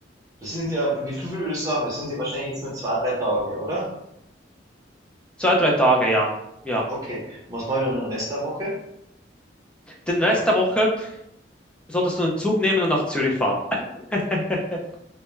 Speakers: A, on the right (about 20°); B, in the centre.
A: Das sind ja, wie viel würdest du sagen? Das sind ja wahrscheinlich jetzt nur zwei, drei Tage, oder?
B: Zwei, drei Tage, ja. Ja.
A: Okay. Und Was mache ich dann den Rest der Woche?
B: Den Rest der Woche solltest du einen Zug nehmen und nach Zürich fahren. <laughs>